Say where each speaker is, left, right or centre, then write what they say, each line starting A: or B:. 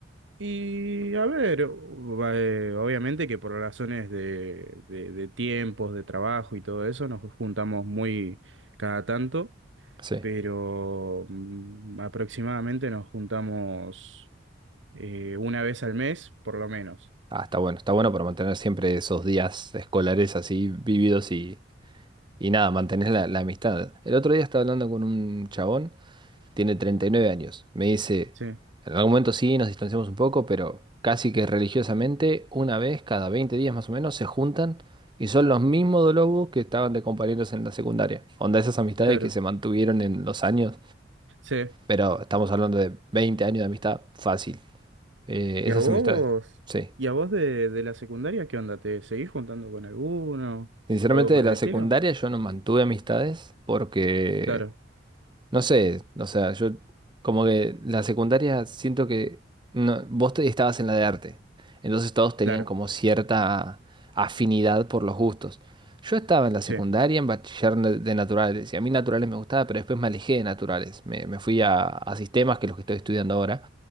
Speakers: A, on the right; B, on the right.
A: Y a ver, o- eh, obviamente que por razones de, de de tiempos, de trabajo y todo eso, nos juntamos muy cada tanto.
B: Sí.
A: pero mm, aproximadamente nos juntamos eh, una vez al mes, por lo menos.
B: Ah, está bueno, está bueno para mantener siempre esos días escolares así vividos y, y nada, mantener la, la amistad. El otro día estaba hablando con un chabón, tiene 39 años. Me dice,
A: Sí,
B: en algún momento sí, nos distanciamos un poco, pero casi que religiosamente, una vez cada 20 días más o menos, se juntan y son los mismos lobos que estaban de compañeros en la secundaria. Onda, esas amistades
A: claro,
B: que se mantuvieron en los años,
A: sí.
B: pero estamos hablando de 20 años de amistad fácil. Eh,
A: ¿Y
B: esas
A: a vos?
B: amistades, sí.
A: ¿Y a vos de, de la secundaria qué onda? ¿Te seguís juntando con alguno
B: Sinceramente,
A: o algo por
B: de la
A: el estilo?
B: secundaria yo no mantuve amistades porque,
A: Claro,
B: no sé, o sea, yo como que la secundaria siento que no- vos te- estabas en la de arte, entonces todos tenían
A: claro,
B: como cierta afinidad por los gustos. Yo estaba en la
A: sí,
B: secundaria en bachiller na- de naturales y a mí naturales me gustaba, pero después me alejé de naturales, me, me fui a, a sistemas, que es lo que estoy estudiando ahora,